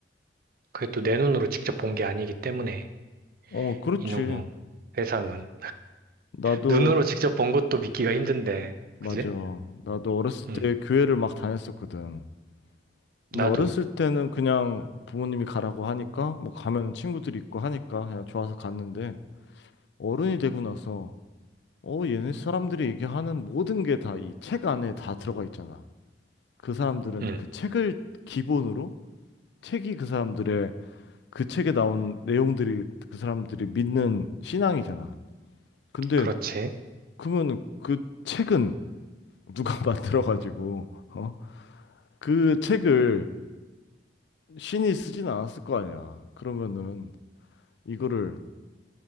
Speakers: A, on the right; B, on the left.
A: 그게 또 내 눈으로 직접 본 게 아니기 때문에
B: 어, 그렇지.
A: 이놈의 세상은.
B: 나도
A: 눈으로 직접 본 것도 믿기가 힘든데.
B: 맞아.
A: 그지?
B: 나도 어렸을
A: 음.
B: 때 교회를 막 다녔었거든. 근데
A: 나도.
B: 어렸을 때는 그냥 부모님이 가라고 하니까 뭐 가면 친구들이 있고 하니까 그냥 좋아서 갔는데 어른이 되고 나서 어, 얘네 사람들이 얘기하는 모든 게 다 이 책 안에 다 들어가 있잖아. 그 사람들은
A: 음.
B: 그 책을 기본으로 책이 그 사람들의 그 책에 나온 내용들이 그 사람들이 믿는 신앙이잖아. 근데
A: 그렇지.
B: 그러면 그 책은 누가 <laughs> 만들어가지고 어? 그 책을 신이 쓰진 않았을 거 아니야. 그러면은 이거를